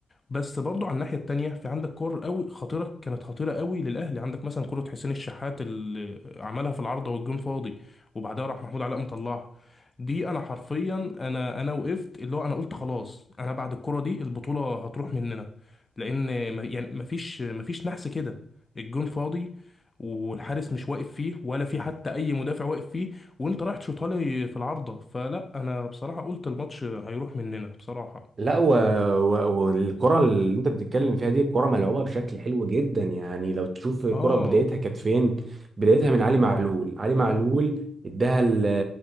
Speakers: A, on the left; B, on the right.
A: بس برضو على الناحية التانية في عندك كور قوي خطيرة كانت خطيرة قوي للأهلي عندك مثلا كرة حسين الشحات اللي عملها في العارضة والجون فاضي وبعدها راح محمود علاء مطلعها دي أنا حرفيا أنا أنا وقفت اللي هو أنا قلت خلاص أنا بعد الكرة دي البطولة هتروح مننا لأن ما- يعني مفيش مفيش نحس كده الجون فاضي والحارس مش واقف فيه ولا في حتى أي مدافع واقف فيه وأنت رايح تشوطها لي في العارضة فلا أنا بصراحة قلت الماتش هيروح مننا بصراحة
B: لا و... و... والكرة اللي أنت بتتكلم فيها دي الكرة ملعوبة بشكل حلو جدا يعني لو تشوف الكرة
A: آه
B: بدايتها كانت فين؟ بدايتها من علي معلول علي معلول اداها ل...